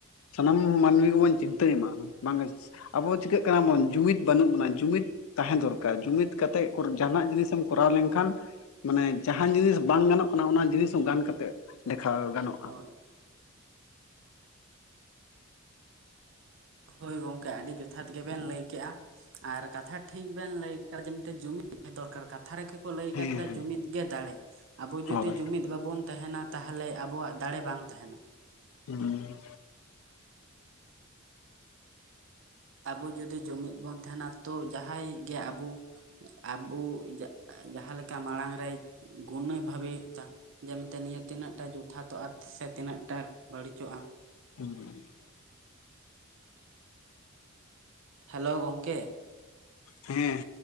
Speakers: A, on the left (about 80°); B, on the right (about 65°).
A: ᱥᱟᱱᱟᱢ ᱢᱟᱹᱱᱢᱤ ᱜᱮᱵᱚᱱ ᱪᱤᱱᱛᱟᱹᱭ ᱢᱟ ᱵᱟᱝ ᱟᱵᱚ ᱪᱤᱠᱟᱹᱜ ᱠᱟᱱᱟ ᱵᱚᱱ ᱡᱩᱢᱤᱫ ᱵᱟᱹᱱᱩᱜ ᱵᱚᱱᱟ ᱡᱩᱢᱤᱫ ᱛᱟᱦᱮᱸ ᱫᱚᱨᱠᱟᱨ ᱡᱩᱢᱤᱫ ᱠᱟᱛᱮᱜ ᱠᱩᱨ ᱡᱟᱦᱟᱱᱟᱜ ᱡᱤᱱᱤᱥ ᱮᱢ ᱠᱚᱨᱟᱣ ᱞᱮᱱᱠᱷᱟᱱ ᱢᱟᱱᱮ ᱡᱟᱦᱟᱸᱱ ᱡᱤᱱᱤᱥ ᱵᱟᱝ ᱜᱟᱱᱚᱜ ᱠᱟᱱᱟ ᱚᱱᱟ ᱡᱤᱱᱤᱥ ᱦᱚᱸ ᱜᱟᱱ ᱠᱟᱛᱮ ᱫᱮᱠᱷᱟᱣ ᱜᱟᱱᱚᱜ᱾
B: ᱦᱳᱭ᱾ ᱦᱳᱭ ᱜᱚᱝᱠᱮ ᱟᱹᱰᱤ ᱡᱚᱛᱷᱟᱛ ᱜᱮᱵᱮᱱ ᱞᱟᱹᱭ ᱠᱮᱜᱼᱟ᱾ ᱟᱨ ᱠᱟᱛᱷᱟ ᱴᱷᱤᱠ ᱵᱮᱱ ᱞᱟᱹᱭ ᱠᱮ ᱡᱮ ᱢᱤᱴᱮᱱ ᱡᱩᱤ ᱫᱚᱨᱠᱟᱨ ᱠᱟᱛᱷᱟ ᱨᱮᱜᱮ ᱠᱚ ᱞᱟᱹᱭ
A: ᱦᱮᱸ
B: ᱠᱟᱫ ᱞᱮ ᱡᱩᱢᱤᱫ ᱜᱮ ᱫᱟᱲᱮ, ᱟᱵᱚ ᱡᱩᱫᱤ
A: ᱦᱳᱭ
B: ᱡᱩᱢᱤᱫ ᱵᱟᱵᱚᱱ ᱛᱟᱦᱮᱱᱟ ᱛᱟᱦᱚᱞᱮ ᱟᱵᱚᱣᱟᱜ ᱫᱟᱲᱮ ᱵᱟᱝ ᱛᱟᱦᱮᱱᱟ᱾
A: ᱦᱩᱸ
B: ᱟᱵᱚ ᱡᱩᱫᱤ ᱡᱩᱢᱤᱫ ᱵᱚᱱ ᱛᱦᱮᱱᱟ ᱛᱚ ᱡᱟᱦᱟᱸᱭ ᱜᱮ ᱟᱵᱩ ᱟᱵᱩ ᱡᱟᱜ-ᱡᱟᱦᱟᱸᱞᱮᱠᱟ ᱢᱟᱲᱟᱝ ᱨᱮ ᱜᱩᱱᱤ ᱵᱷᱟᱵᱮ ᱛᱟ ᱡᱮ ᱢᱮᱱᱛᱮ ᱱᱤᱭᱟᱹ ᱛᱤᱱᱟᱹᱜ ᱴᱟ ᱡᱚᱛᱷᱟᱛᱚᱜᱼᱟ ᱥᱮ ᱛᱤᱱᱟᱹᱜ ᱴᱟ ᱵᱟᱹᱲᱤᱡᱚᱜᱼᱟ᱾
A: ᱦᱩᱸ᱾
B: ᱦᱮᱞᱳ ᱜᱚᱢᱠᱮ᱾
A: ᱦᱮᱸ᱾